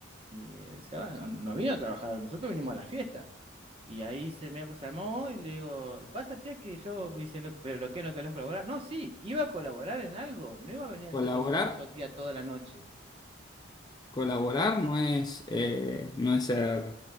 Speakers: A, on the right; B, on the left.
A: mi- se va, no, no vino a trabajar, nosotros vinimos a la fiesta. Y ahí se medio que se armó y le digo, pasa tía que yo, me dice, "no, pero lo que no querés colaborar. No, sí, iba a colaborar en algo, no iba a venir a
B: ¿Colaborar?
A: ser de mozo tía toda la noche.
B: Colaborar no es, eh, no es ser,